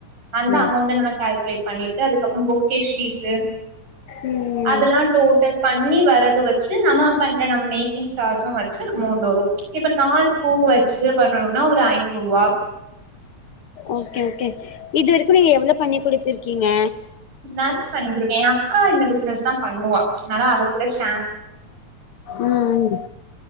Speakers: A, on the right; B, on the left.
A: அந்த
B: ம்
A: அமௌண்ட நம்ம கேல் க்லேட் பண்ணிட்டு அதுக்கப்பறோ பொக்கே ஷீட்டு
B: ம்
A: அதுல்லா டோட்டல் பண்ணி வரது வச்சு நம்ம பண் நம்ம மேக்கிங் சார்ஜு வச்சு அமௌண்ட் வரு இப்ப நாலு பூ வச்சு பண்ணனுனா ஒரு ஐநூ ரூவா
B: ஓகே ஓகே இதுவ துல எவ்ளோ பண்ணி குடுத்துர்க்கீங்க
A: நெறய பண்ணி குடு எ அக்கா இந்த பிஸ்னஸ்தா பண்ணுவா அனாலா அவ கூட சே
B: ம் ம்